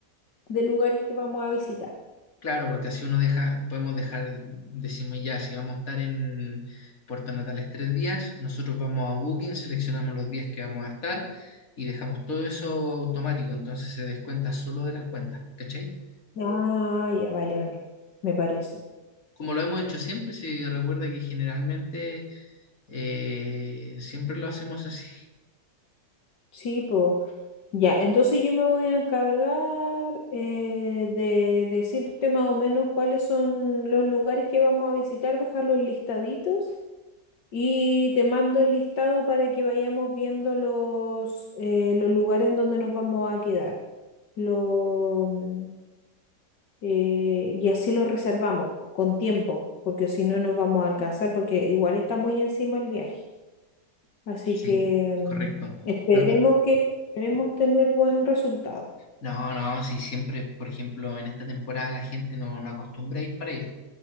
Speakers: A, on the left; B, on the left.
A: de lugares que vamos a visitar.
B: Claro, porque así uno deja, podemos dejar, decimos ya, si vamos a estar en Puerto Natales tres días, nosotros vamos a Booking, seleccionamos los días que vamos a estar y dejamos todo eso automático, entonces se descuenta solo de las cuentas, ¿cachai?
A: Ah, ya, vale, vale. Me parece.
B: Como lo hemos hecho siempre, si recuerda que generalmente eh, siempre lo hacemos así.
A: Sí, pues. Ya, entonces yo me voy a encargar eh, de decirte más o menos cuáles son los lugares que vamos a visitar, dejarlos listaditos Y te mando el listado para que vayamos viendo los, eh, los lugares en donde nos vamos a quedar. Lo, mm, eh, y así los reservamos, pues, con tiempo, porque si no nos vamos a alcanzar, porque igual está muy encima el viaje. Así
B: Sí,
A: que mm,
B: correcto.
A: esperemos
B: Lo que-
A: que esperemos tener buen resultado.
B: No, no, sí, siempre, por ejemplo, en esta temporada la gente no, no acostumbra a ir para allá,